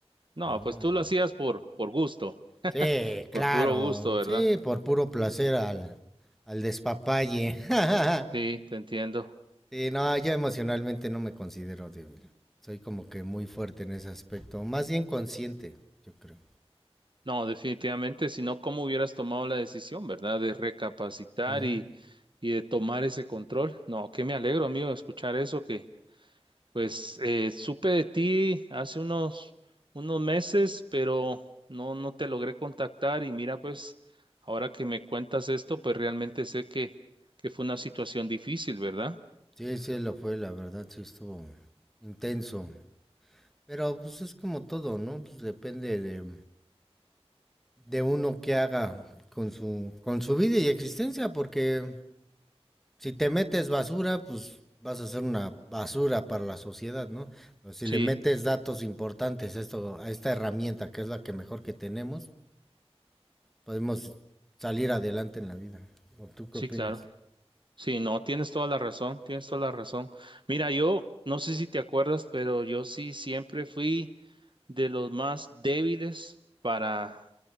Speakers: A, on the right; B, in the centre.
A: No,
B: No.
A: pues tú lo hacías por, por gusto,
B: Sí, claro.
A: por puro gusto, ¿verdad?
B: Sí, por puro placer al, al despapalle. <laughs>
A: Sí, te entiendo.
B: Sí, no, yo emocionalmente no me considero débil. Soy como que muy fuerte en ese aspecto. Más bien consciente, yo creo.
A: No, definitivamente, si no, ¿cómo hubieras tomado la decisión, ¿verdad? De recapacitar
B: Ujú.
A: y, y de tomar ese control. No, que me alegro, amigo, de escuchar eso, Pues eh, supe de ti hace unos, unos meses, pero no, no te logré contactar y mira, pues ahora que me cuentas esto, pues realmente sé que, que fue una situación difícil, ¿verdad?
B: Sí, sí, lo fue, la verdad, sí estuvo intenso. Pero pues es como todo, ¿no? Pues depende de, de uno qué haga con su, con su vida y existencia, porque si te metes basura, pues vas a ser una basura para la sociedad, ¿no? Pero si
A: Sí,
B: le metes datos importantes a, esto, a esta herramienta, que es la que mejor que tenemos, podemos salir adelante en la vida. ¿O tú qué
A: sí,
B: opinas?
A: claro. Sí, no, tienes toda la razón, tienes toda la razón. Mira, yo no sé si te acuerdas, pero yo sí siempre fui de los más débiles para